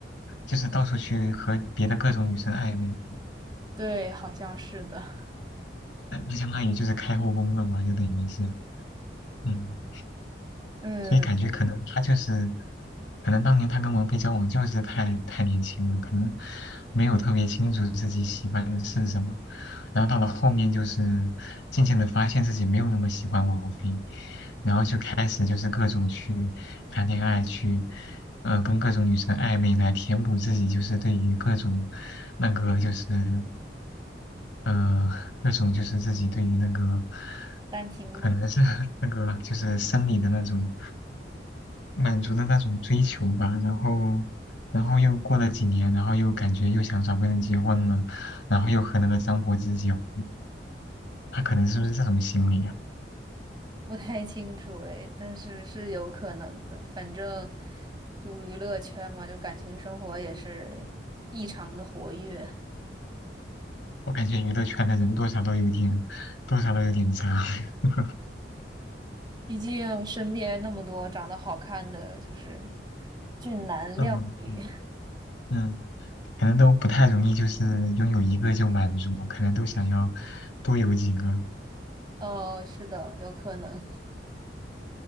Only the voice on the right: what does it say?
对，好像是的。<laughs>
嗯，
单亲吗？
不太清楚哎，但是是有可能的。反正就娱乐圈嘛，就感情生活也是异常的活跃。
毕竟身边那么多长得好看的，就是俊男靓女。
哦，是的，有可能。